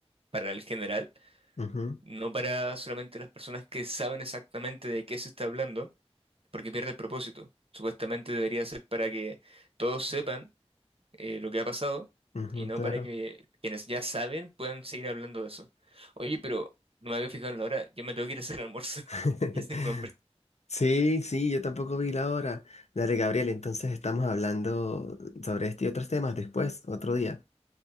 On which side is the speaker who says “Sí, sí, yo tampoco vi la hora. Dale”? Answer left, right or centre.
Left